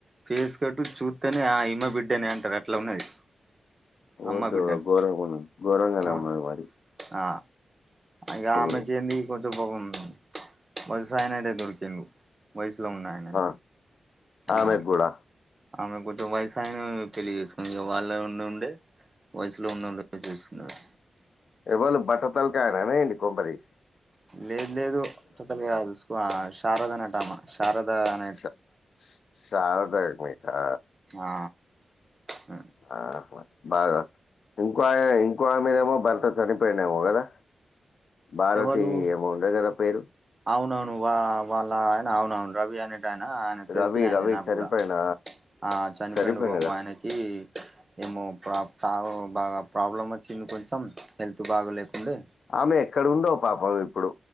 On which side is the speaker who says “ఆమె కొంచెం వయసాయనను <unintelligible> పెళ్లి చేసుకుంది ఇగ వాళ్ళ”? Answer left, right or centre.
Right